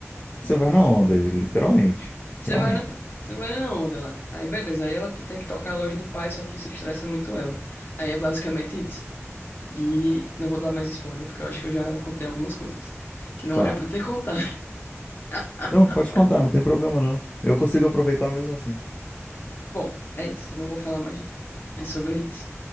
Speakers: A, on the left (about 25°); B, on the left (about 45°).
A: Você vai na onda, literalmente. Realmente.
B: Você vai na, você vai na onda lá. Aí beleza, aí ela t- tem que tocar a loja do pai, só que isso estressa muito ela. Aí é basicamente isso. E não vou dar mais spoiler, porque eu acho que eu já contei algumas coisas que não
A: Tá.
B: era pra ter contado. <laughs>
A: Não, pode contar, não tem problema não. Eu consigo aproveitar mesmo assim.
B: Bom, é isso, eu não vou falar mais nada. É sobre isso.